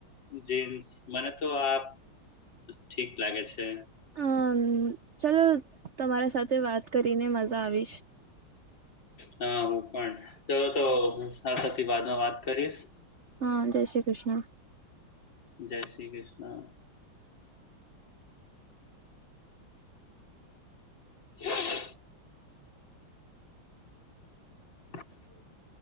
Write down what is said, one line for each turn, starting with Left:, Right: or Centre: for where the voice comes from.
Left: જીન્સ મને તો આ ઠીક લાગે છે
Right: હમ ચલો તમારા સાથે વાત કરીને મજા આવી
Left: હા હું પણ ત તો હું આ <unintelligible> વાત કરીશ
Right: હા જય શ્રી કૃષ્ણ
Left: જય શ્રી કૃષ્ણ <inaudible> <inaudible>